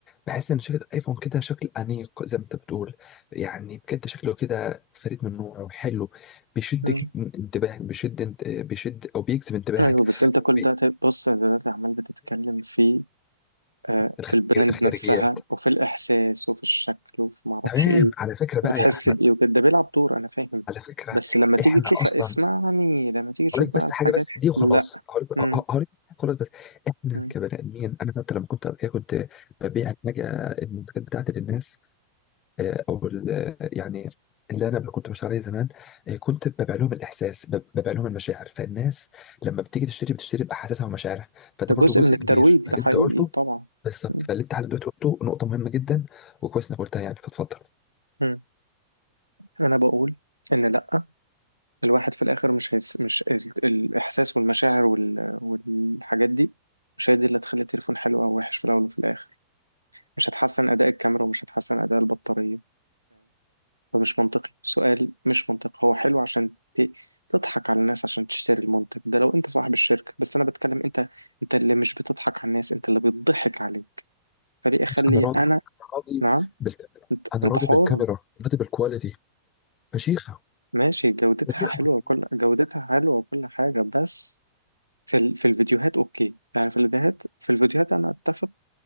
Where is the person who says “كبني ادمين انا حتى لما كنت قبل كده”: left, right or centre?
Left